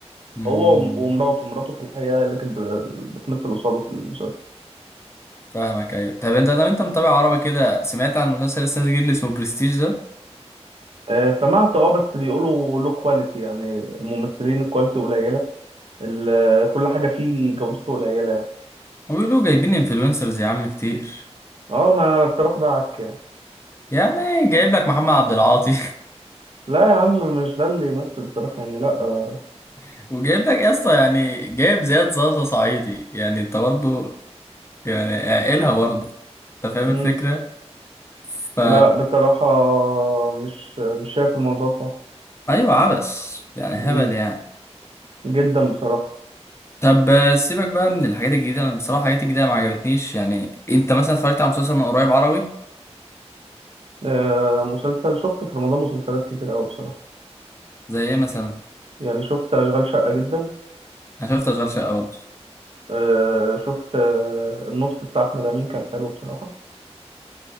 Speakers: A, on the left; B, on the right.
A: عارف
B: هو وم- ومراته مراته في الحقيقة اللي كانت ب- بتمثل قصاده في المسلسل
A: فاهمك ايوه طب انت طب انت متابع عربي كده سمعت عن مسلسل لسه نازل جديد اللي اسمه برستيج ده
B: آه، سمعت اه بس بيقولوا له كواليتي يعني الممثلين الكواليتي قليلة ال- كل حاجة فيه جودته قليلة يعني
A: وبيقولوا جايبين انفلونسرز يا عم كتير
B: اه ما بصراحة ده عك يعني.
A: يعني جايب لك محمد عبد العاطي
B: لا يا عم مش ده اللي يمثل بصراحة يعني لا آه،
A: <laughs> وجايب لك يا اسطى يعني جايب زياد زازا صعيدي يعني انت برضه يعني عاقلها برضه انت فاهم
B: مم.
A: الفكره ف
B: لا بصراحة مش مش شايف الموضوع صح
A: ايوه عبس يعني
B: مم.
A: هبل يعني
B: جدا بصراحة
A: طب سيبك بقى من الحاجات الجديده انا بصراحه الحاجات الجديده ما عجبتنيش يعني انت مثلا اتفرجت على مسلسل من قريب عربي
B: آه، مسلسل شفت في رمضان مسلسلات كتير أوي بصراحة
A: زي ايه مثلا
B: يعني شفت أشغال شقة جدا
A: انا شفت اشغال شقه برضه
B: آه شفت آه النص بتاع احمد امين كان حلو بصراحه